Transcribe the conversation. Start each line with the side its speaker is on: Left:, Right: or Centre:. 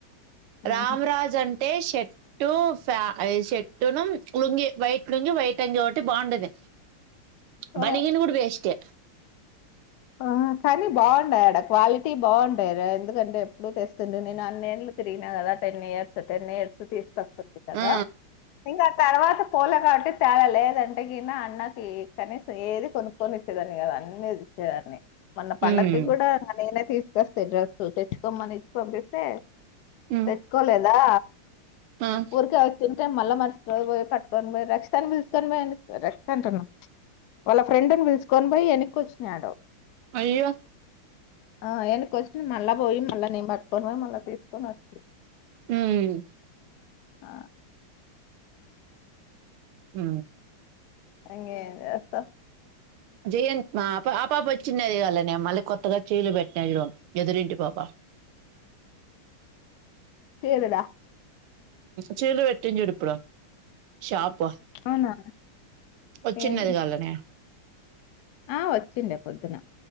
Left: హుహు.
Right: రామ రాజ్ అంటే ఐతే షర్టు ఫ షర్టును లుంగి వైట్ లుంగి వైట్ అంగీ ఒకటి బాగుండది.
Left: ఆ!
Right: బనగిన్ కూడా వెస్ట్ ఏ
Left: ఆ! కానీ బావుండాయి ఆడ క్వాలిటీ బాగుంటార ఎందుకంటే ఎప్పుడుూ తెస్తుండ నేను అన్నేళ్లు తిగినా కదా టెన్ ఇయర్స్ టెన్ ఇయర్స్ తీసుకొ ంది కదా
Right: ఆ
Left: ఇంగ తర్వాత పోల కాటి తేల లేదంటే గిన అన్నకి కనీసం ఏది కొనుకొనిచ్చేదాన్ని గాదు అన్నీ చ్చేదాన్ని మొన్న పండక్కి
Right: ఉమ్
Left: గూడాడా ననై తీసుకొస్తాయి డ్రెస్ తెచ్చుకోమ్మని ఇచ్చి పంపిస్తే
Right: ఉమ్
Left: తెచ్చుకోలేదా
Right: ఆ
Left: ఉరికే వొ మళ్ళా మర్సటరోజు పొయ్ పట్కొని బోయ్ రక్షితని పిచసుకని పోయి రక్షిత అంటన్నా వాళ్ళ ఫ్రెండ్ని పిలుసుకొని పోయి ఎన్నిక్కొ ఞయాడు
Right: అయివా
Left: ఆ వెనకొచ్చ మళ్ళా బోయి మళ్ళా నేను పట్టుకొని బోయి మళ్ళా తీసుకొని వొస్తి
Right: ఉమ్
Left: ఆ
Right: ఉ
Left: ఇంగేమ్ జేస్తావ్
Right: జయంత్ మా ఆ పాపా పచ్చునేది కాల్ల మళ్ళీ కొత్తగా చీరలు పెట్టినా ఎదురింటి పాప
Left: చీరల
Right: చీరలు పెట్టంజూడిపుడు షాపు
Left: అవునా
Right: ఒచ్చిన్నది
Left: ఏం
Right: గాల్లనే
Left: ఆ వచ్చిండే పొద్దున